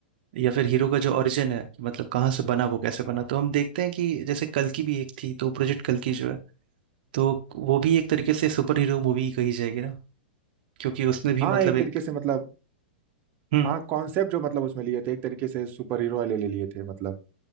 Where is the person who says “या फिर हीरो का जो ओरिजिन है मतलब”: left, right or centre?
Right